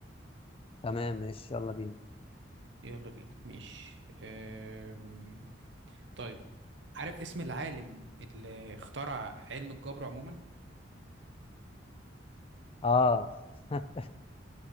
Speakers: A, on the left; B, on the right.
A: تمام ماشي يلا بينا
B: يلا بينا ماشي أم... طيب عارف اسم العالم اللي اخترع علم الجبر عموما
A: اه <laughs>